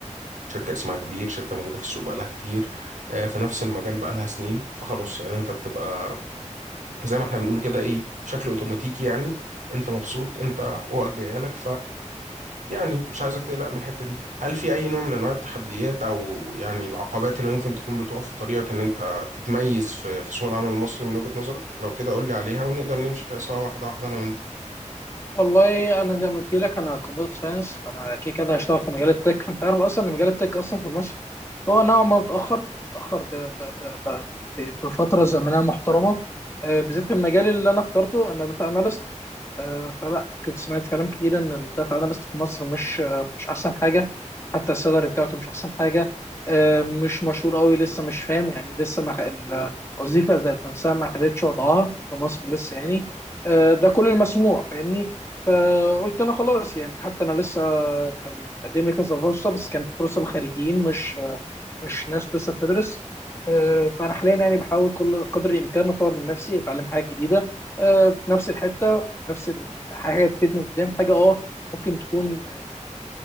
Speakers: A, on the right (about 80°); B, on the left (about 20°).
A: شركة اسمها كبير شركة موجودة في السوق بقالها كتير آه، في نفس المجال بقالها سنين فخلاص يعني أنت بتبقى زي ما احنا بنقول كده إيه بشكل أوتوماتيكي يعني أنت مبسوط أنت حقوقك جاية لك يعني مش عايزك تقلق من الحتة دي هل في أي نوع من أنواع التحديات أو يعني العقبات اللي ممكن تكون بتقف في طريقك إن أنت تتميز في في سوق العمل المصري من وجهة نظرك لو كده قول لي عليها ونقدر نمشي فيها سوا واحدة واحدة أنا وأنت
B: والله انا زي ما قلت لك انا كمبيوتر ساينس فانا كده كده هشتغل في مجال التك فانت عارف اصلا ان مجال التك اصلا في مصر هو نوعا ما متاخر متاخر ب... ب... ب... ب... ب- بفتره زمنيه محترمه آه، بالذات المجال اللي انا اخترته انا داتا اناليست فلا كنت سمعت كلام كتير ان الداتا اناليست في مصر مش آه، مش احسن حاجه حتى السالري بتاعته مش احسن حاجه آه، مش مشهور قوي لسه مش فاهم يعني لسه ما خ- الوظيفه ذات نفسها ما خدتش وضعها في مصر لسه يعني آه، ده كل المسموع فاهمني فقلت انا خلاص يعني حتى انا لسه كان تقدم لي كذا فرصه بس كانت فرصه للخريجين مش مش ناس لسه بتدرس آه، فانا حاليا يعني بحاول كل قدر الامكان اطور من نفسي اتعلم حاجه جديده آه، في نفس الحته نفس ال- حاجه تفيدني قدام حاجه اه ممكن تكون